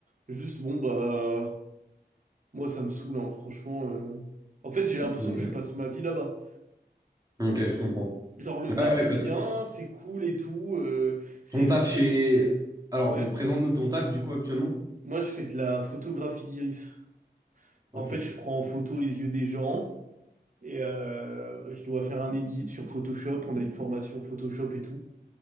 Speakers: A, on the right (about 45°); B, on the right (about 20°).
A: Juste, bon, bah, moi, ça me saoule, hein, franchement. euh. En fait, j'ai l'impression
B: Ok.
A: que je passe ma vie là-bas.
B: Ok, je comprends.
A: Genre, le
B: Ouais,
A: taf
B: ouais,
A: est bien,
B: parce que
A: c'est cool et tout, euh, c'est
B: ton taf
A: parce
B: chez...
A: que,
B: Alors,
A: ouais.
B: présente-nous ton taf, du coup, actuellement.
A: Moi, je fais de la photographie d'iris.
B: Ok.
A: En fait, je prends en photo les yeux des gens et euh, je dois faire un edit sur Photoshop. On a une formation Photoshop et tout.